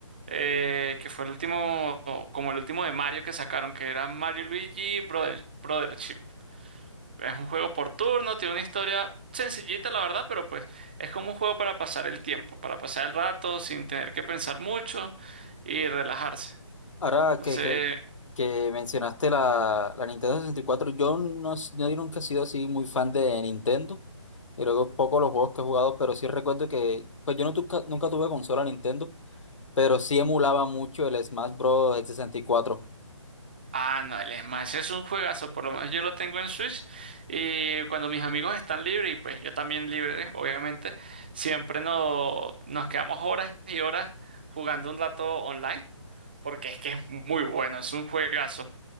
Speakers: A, on the right; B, on the left.
A: eh, que fue el último, como el último de Mario que sacaron, que era Mario y Luigi Brother, Brothership. Es un juego por turno, tiene una historia sencillita, la verdad, pero pues es como un juego para pasar el tiempo, para pasar el rato sin tener que pensar mucho y relajarse.
B: Ahora
A: Entonces,
B: que, que, que mencionaste la, la Nintendo 64, yo no, s- yo nunca he sido así muy fan de Nintendo. Y luego poco los juegos que he jugado, pero sí recuerdo que, pues yo no tuca- nunca tuve consola Nintendo, pero sí emulaba mucho el Smash Bros. sesenta y cuatro.
A: Ah, no, el Smash es un juegazo, por lo menos yo lo tengo en Switch y cuando mis amigos están libres y pues yo también libre, obviamente, siempre no- nos quedamos horas y horas jugando un rato online porque es que es muy bueno, es un juegazo.